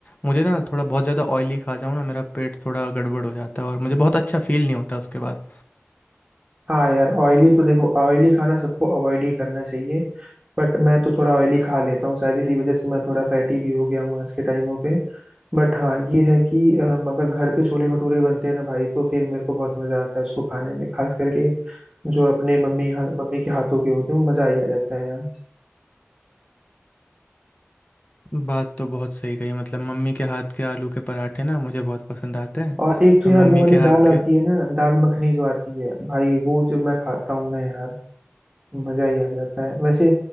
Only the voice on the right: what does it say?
हाँ यार ऑयली तो देखो ऑयली खाना सबको अवॉइड ही करना चाहिए बट मैं तो थोड़ा ऑयली खा लेता हूँ शायद इसी वजह से मैं थोड़ा फैटी भी हो गया हूँ आज के टाइमों पे बट हाँ ये है कि अम, अगर घर पे छोले भटूरे बनते हैं ना भाई तो फिर मेरे को बहुत मजा आता है उसको खाने में खास करके जो अपने मम्मी हा, मम्मी के हाथों के होते हैं वो मजा ही आ जाता है यार
और एक तो
यार
वो वाली
दाल आती
है ना दाल मखनी जो आती है भाई वो जब मैं खाता हूँ ना यार मजा ही आ जाता है वैसे